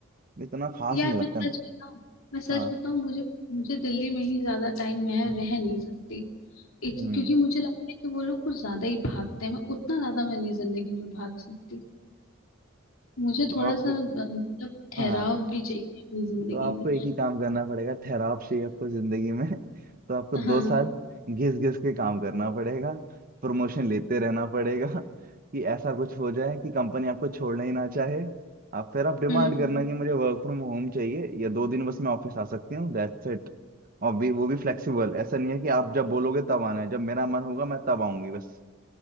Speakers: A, on the right; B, on the left.
A: इतना खास
B: यार
A: नहीं लगता
B: मैं
A: ना
B: सच बताऊं मैं सच
A: हाँ
B: बताऊं मुझे मुझे दिल्ली में ही ज्यादा टाइम मैं रह नहीं सकती एक
A: हम्म
B: क्योंकि मुझे लगता है कि वो लोग कुछ ज्यादा ही भागते हैं मैं उतना ज्यादा मैं नहीं जिंदगी में भाग सकती मुझे
A: तो
B: थोड़ा
A: आपको
B: सा अ, मतलब ठहराव
A: हाँ
B: भी चाहिए अपनी जिंदगी
A: तो आपको
B: में
A: एक ही काम करना पड़ेगा ठहराव चाहिए आपको जिंदगी में <laughs> तो आपको दो
B: हाँ
A: साल घिस घिस के काम करना पड़ेगा प्रमोशन लेते रहना पड़ेगा कि ऐसा कुछ हो जाए कि कंपनी आपको छोड़ना ही ना चाहे आप फिर आप डिमांड
B: <laughs> हम्म
A: करना कि मुझे वर्क फ्रॉम होम चाहिए या दो दिन बस मैं ऑफिस आ सकती हूँ दैट्स इट और भी वो भी फ्लेक्सिबल ऐसा नहीं है कि आप जब बोलोगे तब आना है जब मेरा मन होगा मैं तब आऊंगी बस